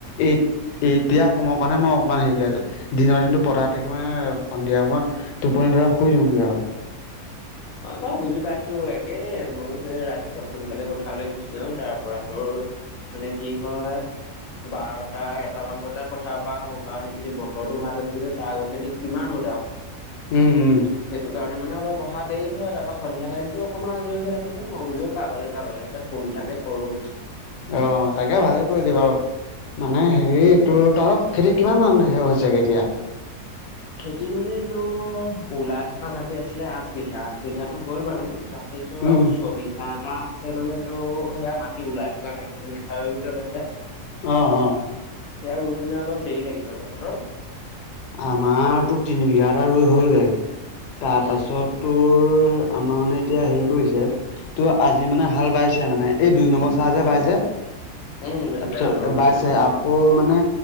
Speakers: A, on the left; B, on the left.
A: এইট এতিয়া সময়ৰ কণহে মই অকণমান হেৰিকে আছো দিনৰ দিনটো পথাৰত থাকি মানে সন্ধিয়া সময়ত টোপনি ধৰে শুই দিওগে আও।
B: অ বাৰু বুজি পাইছোঁ একে ময়ো সেই ৰাতিপুৱা সোনকালে পথাৰলৈ গুচি যাওঁ তাৰ পৰা তোৰ মানে কি হয়, বাৰটা এটামান বজাই পথাৰৰ পৰা আহো কাৰণ সেইখিনি বত- তৰটো ভাল হৈছে যে তা আগখিনিক কিমান ৰ'দ আও।
A: উম উম।
B: সেইটো কাৰণে মানে অলপ অ- হা দেৰি হয় তা পা সন্ধিয়া টাইমতো অকণমান আজৰি হৈ থাকো যে মই বোলো কাবালৈ কাবালৈ এটা ফোন তাকে কৰো।
A: অ তাকে ভালে কৰিলি বাৰু মানে হেৰি
B: উম
A: তোৰ তৰক খেতি কিমান মানে সে হৈছেগৈ এতিয়া?
B: খেতি মানেটো ওলাই থকা মাটি আছিলে আঠ বিঘা আঠ বিঘাতো হ'ল বাৰু। বাকী তোৰ
A: উম
B: আও ছবিঘা এটা আছে মানে তো সেয়া মাটি ওলাই থকা নাই মানে মেঠাইৰ ভিতৰত আছে।
A: অ অ।
B: সেয়া ৰুই পিনে অলপ দেৰি লাগিব। তহঁতৰ?
A: আমাৰতো তিনি বিঘা এটা ৰুই হ'লগে তাৰপাছত
B: উম
A: তোৰ আমাৰ মানে এতিয়া হেৰি কৰিছে ত আজি মানে হাল বাইছে মানে এই দুই নম্বৰ চাহ যে বাই যে
B: উম বুজি
A: তাপিছত
B: পাইছো অ
A: বাইছে
B: দুই নম্বৰ চাহটো
A: আকৌ মানে